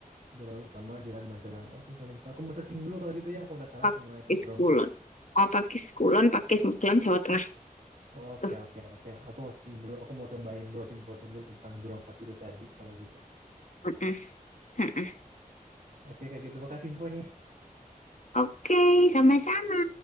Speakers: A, on the right (about 75°); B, on the left (about 55°).
A: Jalan utama Jalan Magelang. Oke kalau gitu aku mau searching dulu kalau gitu ya. Aku penasaran
B: pakai
A: sama itu Broncos.
B: Kulon Oh, pakai Kulon pakai Magelang Jawa Tengah
A: Oke
B: tuh
A: oke oke. Aku mau searching dulu. Aku mau cobain browsing browsing dulu tentang Broncos itu tadi kalau gitu.
B: mm-mm, mm-mm.
A: Oke kayak gitu. Makasih infonya.
B: Oke sama-sama